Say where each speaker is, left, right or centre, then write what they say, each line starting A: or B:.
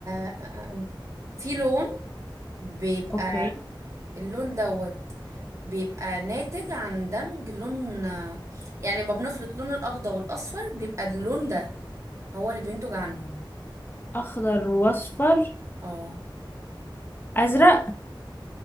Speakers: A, on the right; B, on the left.
A: آه، آه. في لون بيبقى
B: اوكي
A: اللون دوت بيبقى ناتج عن دمج لون آه، يعني لما بنخلط لون الأخضر والأصفر بيبقى اللون ده هو اللي بينتج عنهم
B: أخضر وأصفر
A: اه
B: أزرق